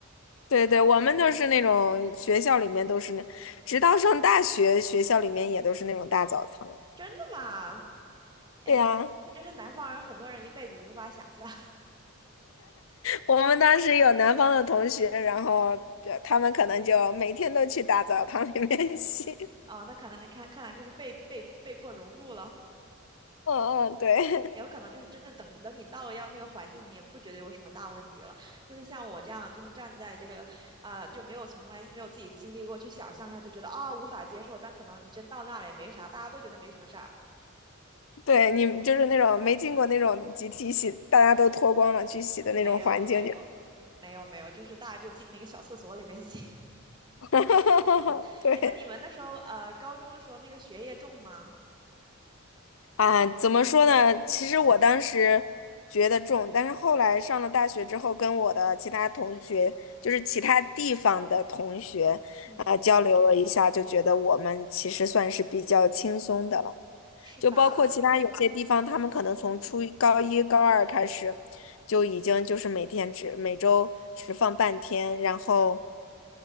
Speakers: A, on the left (about 65°); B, on the right (about 20°).
A: 对对，我们就是那种学校里面都是那，直到上大学，学校里面也都是那种大澡堂。
B: 真的吗？哎，
A: 对呀，
B: 那真是南方人很多人一辈子无法想象。
A: 我们当时有南方的同学，然后对他们可能就每天都去大澡堂里面 <laughs> 洗。
B: 啊，那可能看看来就是被被被迫融入了，
A: 嗯嗯，对
B: 也有可能就是真正等等你到了要那个环境，你也不觉得有什么大问题了。就是像我这样，就是站在这个啊、就没有从来没有自己经历过，去想象一下就觉得啊、无法接受，但可能你真到那了也没啥，大家都觉得没什么事儿。
A: <laughs> 对，你们就是那种没进过那种集体洗，大家都脱光了去洗的那种环境就，
B: 没有没有没有没有，就是大家就进那个小厕所里面写。
A: <laughs>
B: <laughs>
A: 对
B: 哎，那你们那时候呃高中的时候那个学业重吗？
A: 啊，怎么说呢？其实我当时觉得重，但是后来上了大学之后，跟我的其他同学，就是其他地方的同学，
B: 嗯，
A: 啊、交流了一下，就觉得我们其实算是比较轻松的了。
B: 是吧？
A: 就包括其他有些地方，他们可能从初一、高一、高二开始，就已经就是每天只每周只放半天，然后